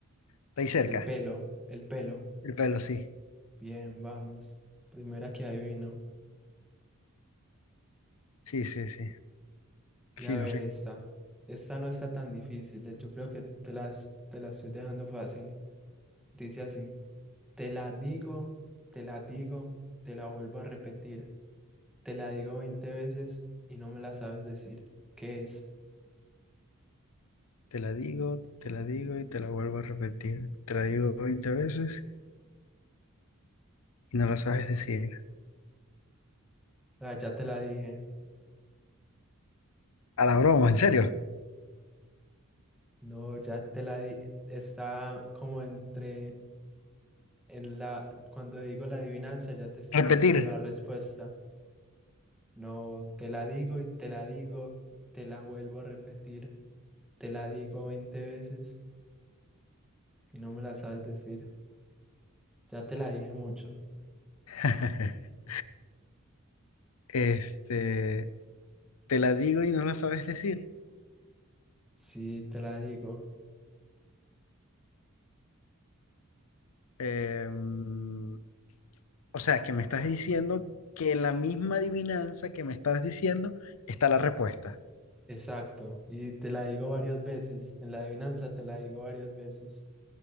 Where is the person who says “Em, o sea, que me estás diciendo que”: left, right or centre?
Left